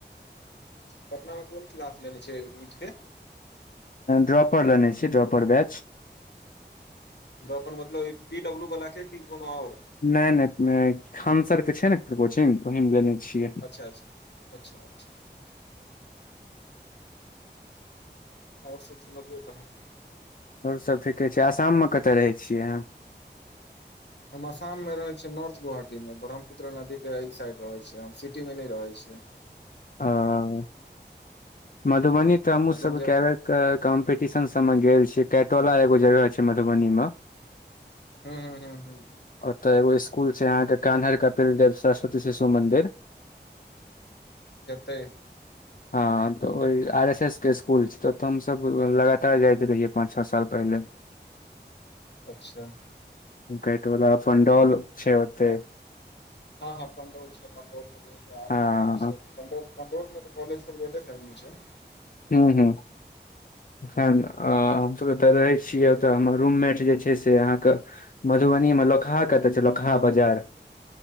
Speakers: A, on the left (about 70°); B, on the left (about 50°).
A: पटना मे कोन क्लास लेने छै नीट के
B: ड्रॉपर लेने छीयै ड्रॉपर बैच
A: ड्रॉपर मतलब ई पी डब्लू वला के कि कोनो आओर
B: नहि नहि खानसर के छै ने कोचिंग ओहि मे लेने छियै
A: अच्छा अच्छा अच्छा अच्छा आऔर सब सुनबियौ तहन
B: और सब ठीके छै आसाम मे कतय रहै छियै अहाँ
A: हम आसाम मे रहै छियै नार्थ गोवहाटी मे ब्रह्मपुत्र नदी के एहि साइड रहैत छियै हम सिटी मे नहि रहैत छियै
B: हँ मधुबनी तऽ हमहुँ
A: मतलब
B: सब
A: जे
B: के बेर क कम्पीटीशन सब में गेल छी कैटोला एगो जगह छै मधुबनी मे
A: हूँ हू हूँ हूँ
B: ओतऽ एगो स्कुल छै आहाँ के कान्हर कपील देव सरस्वती शिशु मंदिर
A: हेतै
B: हँ तऽ ओहि आर एस एस के स्कुल छै तऽ तऽ हमसभ लगातार जाइत रहियै पाँच छओ साल पहिले
A: अच्छा
B: कयटोला पणडोल छै ओते
A: हँ हँ पंडोल छै पंडोल मे जे आर
B: हँ
A: के कॉलेज छै पंडौल पंडौल मे तऽ कॉलेज सब रोडै साइड मे छै
B: हू हू खन हमसभ एतय रहै छियै ओतऽ हमर रूममेट जे छै से आहाँके मधुबनी मे लोकहा कतऽ छै लोकहा बाजार